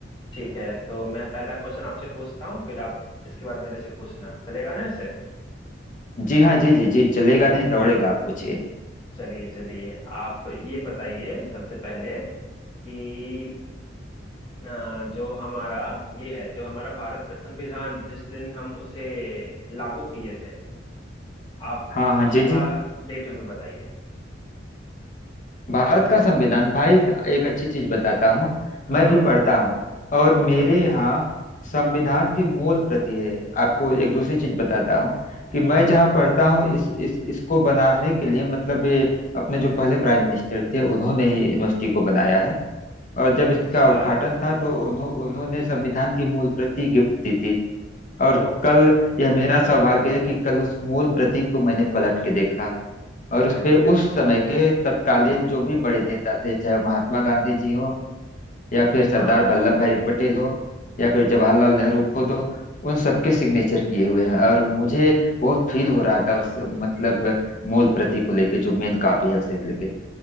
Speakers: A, on the left; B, on the left.
A: ठीक है तो मैं पहला क्वेश्चन आपसे पूछता हूँ फिर आप इसके बाद मेरे से पूछना चलेगा ना ऐसे
B: जी हाँ जी जी जी चलेगा नहीं दौड़ेगा आप पूछिए
A: चलिए चलिए आप ये बताइए सबसे पहले कि अ, जो हमारा ये है जो हमारा भारत का संविधान जिस दिन हम उसे लागू किए थे आप
B: हाँ हाँ
A: उसका
B: जी जी
A: डेट हमें बताइए
B: भारत का संविधान भाई एक अच्छी चीज बताता हूँ मैं
A: हाँ
B: भी पढ़ता हूँ और मेरे
A: बिल्कुल
B: यहाँ संविधान की मूल प्रति है आपको एक दूसरी चीज बताता हूँ कि मैं
A: हाँ
B: जहाँ पढ़ता हूँ इस इस इसको बनाने के लिए मतलब ये अपने जो पहले प्राइम मिनिस्टर थे उन्होंने ही यूनिवर्सिटी को बनाया है और जब इसका
A: अच्छा
B: उद्घाटन था तो उन्हों, उन्होंने संविधान की मूल प्रति गिफ्ट दी थी और
A: ओ
B: कल यह मेरा सौभाग्य है कि कल उस मूल प्रति को मैंने पलट के देखा और उस
A: अरे
B: पे
A: ये
B: उस समय के तत्कालीन
A: हम्म
B: जो भी बड़े नेता थे चाहे वो महात्मा गांधी जी हो या फिर सरदार
A: हाँ
B: वल्लभ भाई पटेल हो या फिर जवाहरलाल नेहरू खुद हो उन सबके सिग्नेचर किए हुए हैं और मुझे बहुत फील हो रहा था उस मतलब मूल प्रति को लेके जो मेन कॉपी है उसे लेके